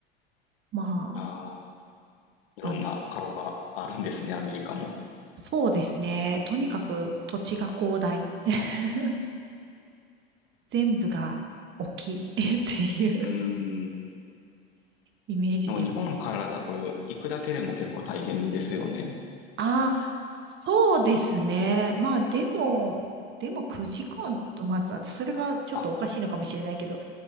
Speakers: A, on the right; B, on the left.
A: ま
B: ああ、いろんな顔があるんですね、
A: あ、あの、
B: アメリカも。
A: そうですね。とにかく土地が広大。<laughs> 全部が大きい <laughs> っていう
B: うーん。
A: イメージです。
B: でも日本からだと行くだけでも結構大変ですよね。
A: ああ、そうですね。まあでも、でも9時間と、まあ、そそれがちょっとおかしいのかもしれないけど、
B: あ、